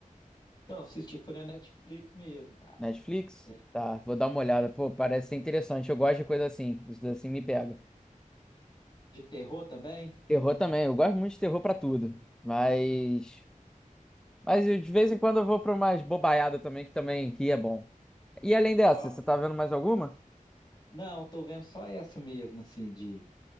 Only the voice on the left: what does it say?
Então, assisti foi na Netflix mesmo, cara.
É,
de terror também?
Qual?
Não, tô vendo só essa mesmo, assim, de,